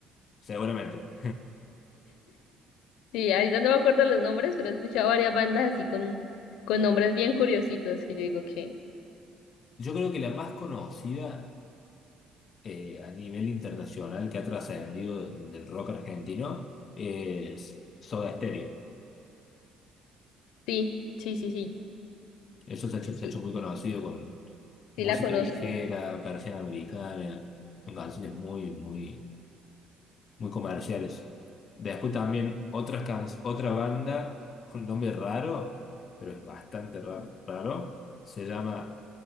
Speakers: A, on the left; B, on the left.
A: seguramente.
B: Sí, ahorita no me acuerdo los nombres, pero he escuchado varias bandas así con, con nombres bien curiositos que yo digo que
A: Yo creo que la más conocida eh, a nivel internacional que ha trascendido del rock argentino es Soda Stereo.
B: sí, sí, sí, sí,
A: Eso se ha hecho,
B: sí,
A: se ha hecho muy conocido con música
B: sí la conozco.
A: ligera, persiana americana, son canciones muy, muy, muy comerciales. Después también otras can- otra banda con nombre raro, pero es bastante raro, raro, se llama